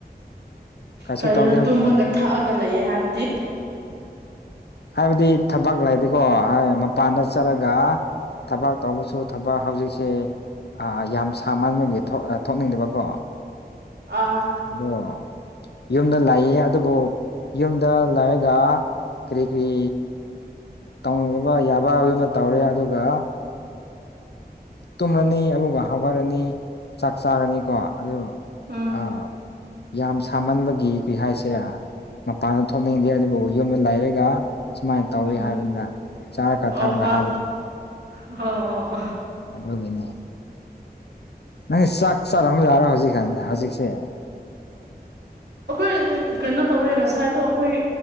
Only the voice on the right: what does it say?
ꯀꯔꯤꯅꯣ
ꯇꯨꯝꯃꯒ ꯊꯛꯑꯒ ꯂꯩꯌꯦ ꯍꯥꯏꯕꯗꯤ
ꯑꯥ
ꯎꯝ
ꯎꯝ
ꯍꯣ
ꯎꯍꯣ ꯑꯣ ꯑꯣ
ꯑꯈꯣꯏ ꯀꯩꯅꯣ ꯇꯧꯋꯦ ꯉꯁꯥꯏꯗꯣ ꯑꯈꯣꯏ